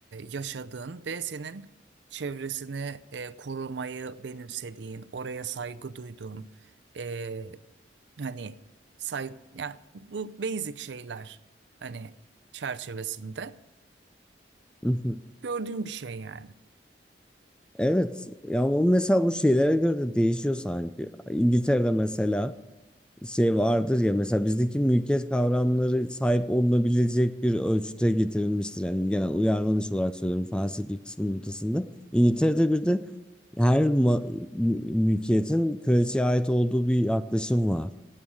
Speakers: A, on the right; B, in the centre.
A: yaşadığın ve senin çevresini e, korumayı benimsediğin, oraya saygı duyduğun, e, hani say, yani bu basic şeyler hani çerçevesinde
B: <laughs>
A: gördüğüm bir şey yani.
B: Evet ya o mesela bu şeylere göre de değişiyor sanki. İngiltere'de mesela şey vardır ya mesela bizdeki mülkiyet kavramları sahip olunabilecek bir ölçüte getirilmiştir. Yani genel uyarlanış olarak söylüyorum felsefi kısmın ortasında. İngiltere'de bir de her ma- mü- mülkiyetin kraliçeye ait olduğu bir yaklaşım var.